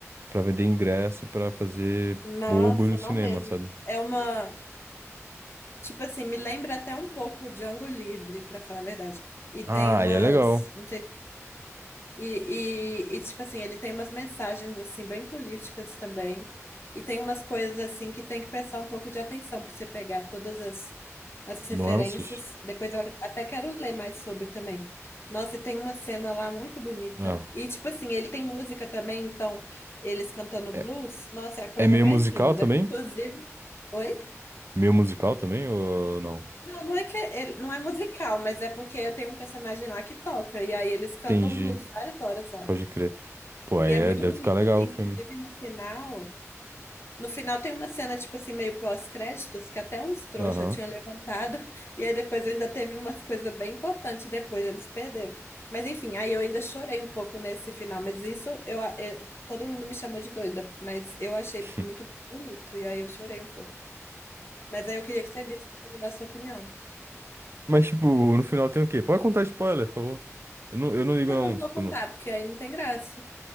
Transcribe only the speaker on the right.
pra vender ingresso e pra fazer
bobo no cinema,
sabe?
Ah,
e é legal.
Nuances.
Ah,
é,
é meio
musical
também?
Meio musical também ou não?
Entendi,
pode crer. Pô, aí
é,
deve
ficar legal
o filme.
Aham.
<laughs>
Mas, tipo, no final tem o quê? Pode contar spoiler, por favor. Eu não, eu não ligo,
não,
tipo,
não.